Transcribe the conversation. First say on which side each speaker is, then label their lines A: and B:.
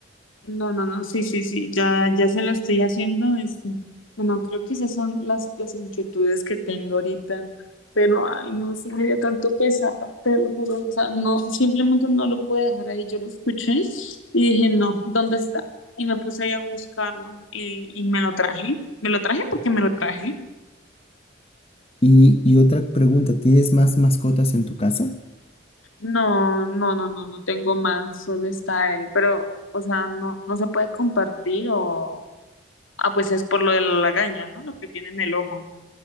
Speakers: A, on the left; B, on the left.
A: No, no, no, sí, sí, sí, ya, ya se lo estoy haciendo. Este, bueno, creo que esas son las, las inquietudes que tengo ahorita, pero ay, no, sí me dio tanto pesar, te lo juro. O sea, no, simplemente no lo pude dejar ahí. Yo lo escuché y dije, no, ¿dónde está? Y me puse ahí a buscarlo y, y me lo traje. Me lo traje porque me lo traje.
B: Y, y otra pregunta, ¿tienes más mascotas en tu casa?
A: No, no, no, no, no tengo más, solo está él, pero, o sea, no, no se puede compartir o, ah, pues es por lo de la lagaña, ¿no? Lo que tiene en el ojo.